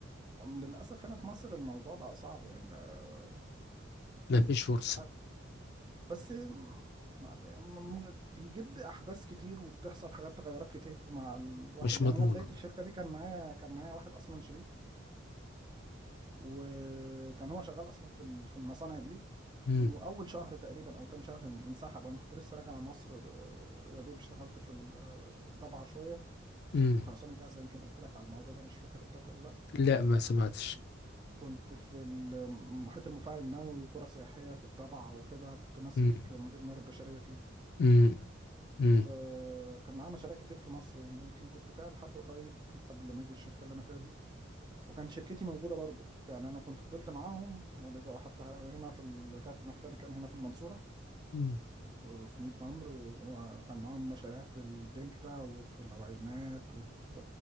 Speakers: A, on the right; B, on the left.
A: أم للأسف هنا في مصر الموضوع بقى صعب يعني بقى
B: ما فيش فرصة
A: مش عارف بس ما- يعني م- بيجد احداث كتير وبتحصل حاجات تغيرات كتير في مع الواحد
B: مش
A: يعني
B: مضمونة
A: انا بدايه الشركه دي كان معايا كان معايا واحد اصلا شريك وكان هو شغال اصلا في ال- في المصانع دي
B: امم
A: واول شهر تقريبا او تاني شهر ان- انسحب وانا كنت لسه راجع من مصر ده- يا دوب اشتغلت في الضبعه شويه شركه
B: امم
A: خرسانه جاهزه يمكن قلت لك على الموضوع ده مش فاكر قلت لك ولا لا
B: لا ما سمعتش
A: كنت في المحيط المفاعل النووي وقرى سياحيه في الضبعه وكده كنت ماسك
B: امم
A: مدير الموارد البشريه فيها
B: امم امم
A: فكان معاه مشاريع كتير في مصر يعني يمكن كنت فيها لحد قريب قبل ما اجي الشركه اللي انا فيها دي وكان شركتي موجودة برضو يعني أنا كنت فضلت معاهم ورجعوا حتى هنا في ال... رجعت مكتبي كان هنا في المنصورة
B: أمم.
A: وفي ميت غمر وكان معاهم مشاريع في الدلتا وفي العوينات وفي